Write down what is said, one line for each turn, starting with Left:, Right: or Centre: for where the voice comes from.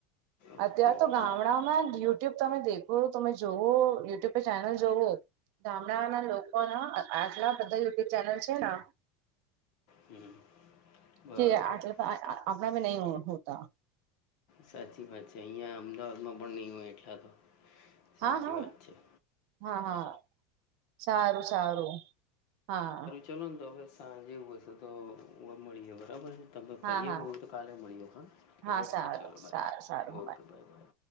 Left: ઓકે
Right: અત્યારે તો
Left: ઓકે
Right: ગામડામાં. યુટ્યુબ તમે દેખો તમે જોવો યુટ્યુબ પર ચેનલ જોવો. ગામડાના લોકો ના આટલા બધા યુટ્યુબ ચેનલ છે ને.
Left: હમ બરાબર
Right: કે આટલા તો આપણા બ નહી હોતા.
Left: સાચી વાત છે અહીંયા અમદાવાદમાં પણ નહીં હોય એટલા તો. સાચી
Right: હા હા
Left: વાત છે
Right: હા હા. સારું સારું હા.
Left: ચાલલો ને તો હવે સાંજેવું હશે તો મળી જ બરાબર છે. તમે
Right: હા
Left: ફરીઓ
Right: હા
Left: હવું તો કાલે મળી્યો હા
Right: સારું
Left: ઓકે ચલોો બાય
Right: સારું સારું
Left: ઓકે બાય બાય.